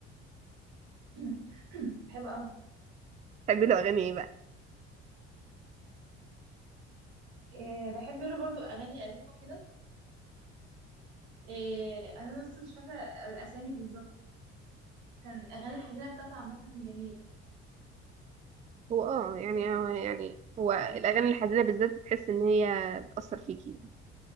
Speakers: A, on the right; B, on the right.
A: <clears throat> <coughs> بحب قوي
B: تحبي له اغاني ايه بقى
A: إيه بحب له برضه اغاني قديمه وكده إيه انا بس مش فاكره الاسامي بالظبط كان اغاني الحديده بتاعته عامه جميله
B: هو اه يعني هو يعني هو الاغاني الحزينه بالذات بتحس ان هي بتاثر فيكي